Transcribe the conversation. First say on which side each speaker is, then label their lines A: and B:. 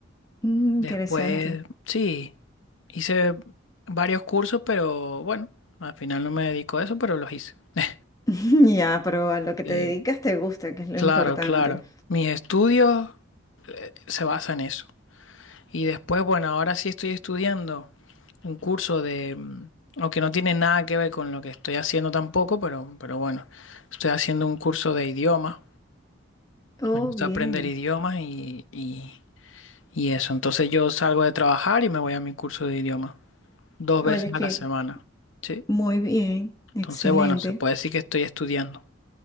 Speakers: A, on the left; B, on the left.
A: Mm,
B: Después,
A: interesante.
B: sí, hice varios cursos, pero bueno, al final no me dedico a eso, pero los hice. <laughs>
A: <laughs> Ya, pero a lo que
B: Sí,
A: te dedicas te gusta, que es lo
B: claro,
A: importante.
B: claro. Mis estudios se basan en eso. Y después, bueno, ahora sí estoy estudiando un curso de, mm, aunque no tiene nada que ver con lo que estoy haciendo tampoco, pero, pero bueno, estoy haciendo un curso de idiomas.
A: Oh,
B: Me gusta
A: bien.
B: aprender idiomas y, y, y eso. Entonces yo salgo de trabajar y me voy a mi curso de idiomas dos
A: Oye,
B: veces
A: que
B: a la semana. Sí.
A: muy bien, excelente.
B: Entonces, bueno, se puede decir que estoy estudiando.